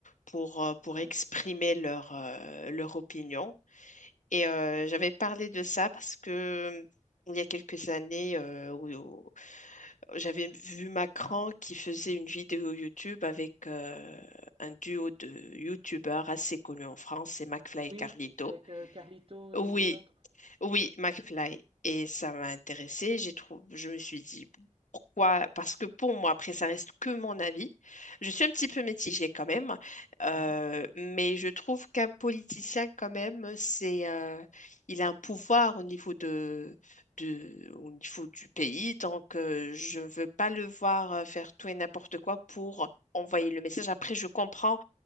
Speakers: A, on the left; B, on the right.
A: pour, euh, pour
B: Ouais.
A: exprimer leur, euh, leur opinion. Et euh, j'avais parlé de ça parce que il y a quelques années, euh, où- où j'avais vu Macron qui faisait une vidéo YouTube avec euh, un duo de YouTubeurs assez connus en France, c'est McFly et
B: Oui,
A: Carlito.
B: je- avec euh, Carlito et
A: Oui,
B: l'autre.
A: oui, McFly. Et ça m'a intéressée. J'ai trouvé, je me suis dit pourquoi? Parce que pour moi, après, ça reste que mon avis. Je suis un petit peu mitigée quand même, euh,
B: Ouais.
A: mais je trouve qu'un politicien quand même, c'est, euh, il a un pouvoir au niveau de, de, au niveau du pays. Donc, euh, je ne veux pas le voir euh, faire tout et n'importe quoi pour envoyer le message. Après, je comprends